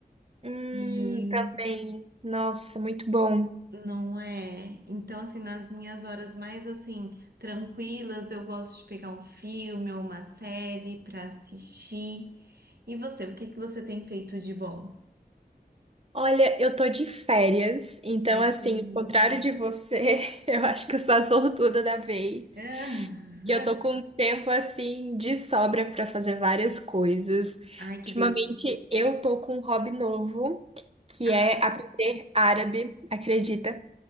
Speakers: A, on the right; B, on the right.
A: Hum,
B: E
A: também. Nossa, muito bom.
B: Não é? Então, assim, nas minhas horas mais, assim, tranquilas, eu gosto de pegar um filme ou uma série pra assistir. E você, o que que você tem feito de bom?
A: Olha, eu tô de férias, então
B: Ai,
A: assim,
B: que delícia.
A: ao contrário de você, <laughs> eu acho que eu sou a sortuda da vez,
B: Ah,
A: que eu tô com um tempo assim de sobra pra fazer várias coisas.
B: <laughs> Ai,
A: Ultimamente
B: que delícia.
A: eu tô com um hobby novo, que
B: Ah,
A: é aprender árabe, acredita?